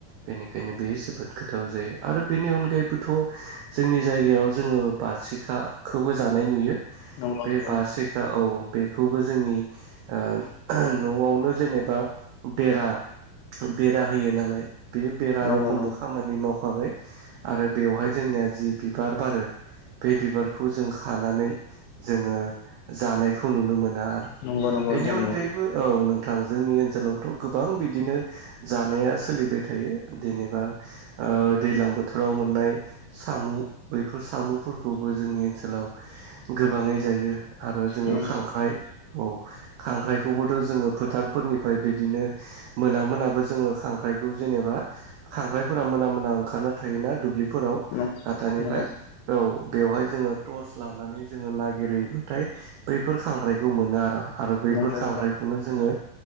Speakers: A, on the right; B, on the left.
A: बेनिखायनो बेयो जोबोद गोथाव जायो। आरो बेनि अनगायैबोथ' जोंनि जायगायाव जोङो बाथिखाखौबो जानाय नुयो
B: नंगौ नंग
A: बासिखा औ बेखौबो जोंनि न'आवनो जेनेबा बेरा बेरा होयो नालाय बे बेरा
B: नंगौ
A: रखमबो खामानि मावख फाबाय आरो बेवहाय जोंनिया जि बिबार बारो बे बिबारखौ जों खानानै जोङो जानायखौ नुनो मोनो
B: नंगौ नोंथां नंगौ नंगौ नोंथां
A: बेनि अनगायैबो
B: नंगौ
A: औ नों थां जोंनि ओनसोलावथ' गोबां बिदिनो जानाया सोलिबाय थायो जेनेबा दैलां बोथोराव मोननाय साम' बैफोर साम'फोरखौबो जोंनि ओनसोलाव गोबाङै जायो आरो जोङो
B: नंगौ
A: खांख्राइ औ खांख्राइखौबोथ' जोङो फोथारफोरनिफ्राय बे बिदिनो मोना मोनाबो जोङो खांख्राइखौ जेनेबा खांख्राइफोरा मोना मोना ओंखारना थायोना दुब्लि फोराव
B: नंगौ नंगौ नोंथां नंगौ
A: गाथानिफ्राय
B: नंगौ
A: बे बेवहाय जोङो टर्स लानानै जोङो नागिरहैबो नाथाय बैफोर खांख्रायखौ मोनो आरो आरो बैफोर
B: नंगौ नंगौ नोंथां नंगौ
A: खांख्रायखौनो
B: नोंथां नंगौ
A: जोङो